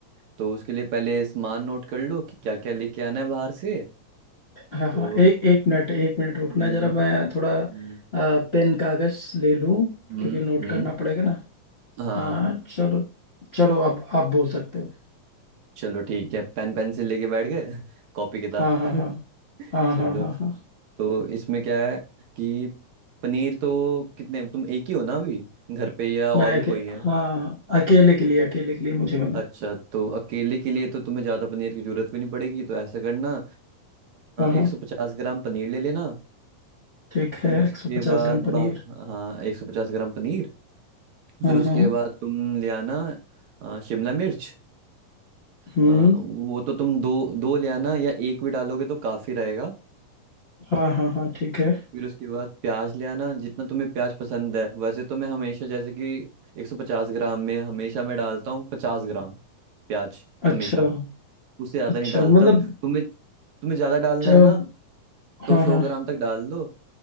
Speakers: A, on the right; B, on the left.
A: तो उसके लिए पहले सामान नोट कर लो कि क्या क्या लेके आना है बाहर से
B: हाँ
A: तो
B: हाँ एक एक मिनट एक मिनट रुकना
A: हम्म
B: जरा
A: हम्म
B: मैं थोड़ा
A: हम्म
B: आ, पेन कागज ले लूं
A: हम्म,
B: क्योंकि नोट
A: हम्म,
B: करना पड़ेगा ना
A: हाँ
B: हाँ चलो चलो अब आप बोल सकते हो
A: चलो ठीक है पेन पेंसिल लेके बैठ गए कॉपी किताब
B: हाँ हाँ
A: <laughs>
B: हाँ हाँ
A: चलो
B: हाँ हाँ हाँ
A: तो इसमें क्या है कि पनीर तो कितने तुम एक ही हो ना अभी घर पे या और
B: मैं
A: भी
B: अके,
A: कोई है
B: हाँ अकेले के लिए अकेले के लिए मुझे बना
A: अच्छा तो अकेले के लिए तो तुम्हें ज़्यादा पनीर की जरूरत भी नहीं पड़ेगी तो ऐसा करना
B: हाँ हाँ
A: एक सौ पचास ग्राम पनीर ले लेना
B: ठीक
A: फिर
B: है
A: उसके
B: एक सौ पचास
A: बाद
B: ग्राम पनीर
A: बा हाँ एक सौ पचास ग्राम पनीर
B: हाँ
A: फिर उसके
B: हाँ
A: बाद तुम ले आना अ, शिमला मिर्च
B: हम्म
A: अ, वो तो तुम दो दो ले आना या एक भी डालोगे तो काफ़ी रहेगा
B: हाँ हाँ हाँ ठीक है
A: फिर उसके बाद प्याज ले आना जितना तुम्हें प्याज पसंद है वैसे तो मैं हमेशा जैसे कि 150 ग्राम में हमेशा मैं डालता हूँ 50 ग्राम प्याज हमेशा
B: अच्छा
A: उससे ज़्यादा
B: अच्छा
A: नहीं डालता
B: मतलब
A: तुम्हें तुम्हें ज़्यादा डालना
B: जब
A: है ना तो
B: हाँ
A: सौ
B: हाँ
A: ग्राम तक डाल लो